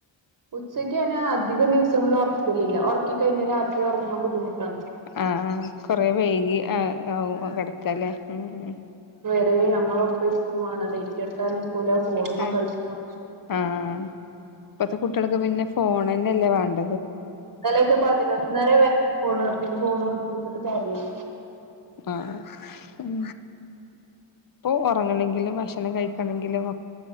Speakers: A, on the right; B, on the left.
A: ഉച്ചക്കെന്നാ അധികം ദിവസ്സങ്ങള്ല് ഒറക്കലില്ല ഒറക്കി കഴിഞ്ഞ രാത്രി ഒറങ്ങാൻ ബുദ്ധിമുട്ടാണ്
B: ആഹ് കൊറൈ വൈകി ആഹ് ആവും കെടക്കാല്ലേ ഉം
A: ഏയ് നമ്മളൊപ്പം ഇരിക്കും വേണല്ലെ ലൈറ്റെട്ത്താന് കൂലാ ഫൊണ്മ്മ
B: ആഹ്
A: കളിച്ചണം
B: ആഹ് ഇപ്പത്തെ കുട്ടീള്ക്ക് പിന്നെ ഫോണന്നെല്ലെവാണ്ടെ
A: ഇന്നലൊക്കെ പതിനൊന്നര വരെ ഫോണ് നി ഫോൺ വേട്ചച്ച്ട്ട് കരെരുന്നു
B: ആഹ് ഉം ഇപ്പൊ ഒറങ്ങണങ്കിലും ഭക്ഷണം കഴിക്കണങ്കിലും